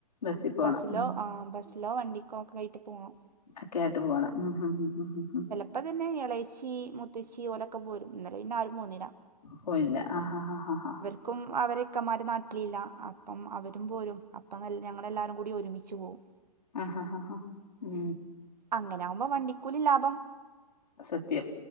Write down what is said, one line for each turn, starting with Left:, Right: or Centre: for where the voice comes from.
Left: ബസ്സിൽ പോണം
Right: ബസ്സിലോ
Left: ഉം
Right: ആഹ് ബസ് ലോ വണ്ടിക്കൊക്കായിട്ട് പോണം
Left: ഒക്കായിട്ട് പോണം ഉം ഹും ഉം ഹും ഹും
Right: ഇപ്പ തന്നെ ഇളേച്ചി മുത്തച്ചി ഒലൊക്കെ പോരും ഇന്നലെ പിന്നാരും പോന്നില
Left: പോയില്ല ആഹ് ഹാഹ് ഹാഹ് ഹാഹ്
Right: ക്കും അവരെ ഇക്കമാര് നാട്ടിലില്ല അപ്പം അവരും പോരും അപ് പ്പം ഞങ്ങളെല്ലാരും കൂടി ഒരുമിച്ച് പോവും
Left: ആഹ് ഹാഹ് ഹാഹ് ഉം
Right: അങ്ങനാവുമ്പോ വണ്ടിക്കൂലി ലാഭം
Left: അത് സത്യം